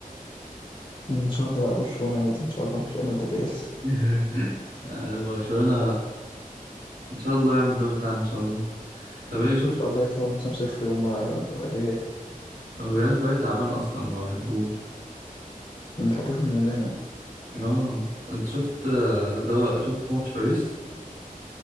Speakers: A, on the left; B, on the right.
A: ان شاء الله لا برشلونة يعني ان شاء الله مفيش امل للريال
B: <laughs> انا برشلونة ان شاء الله يعمل الدوري بتاعنا ان شاء الله طب ايه شفت
A: ان شاء الله يطلعوا موسم صفر هما الريال
B: الريال فريق تعبان اصلا ما بحبوش
A: ما بحبوش من زمان أنا.
B: اه انت شفت ده شفت ماتش باريس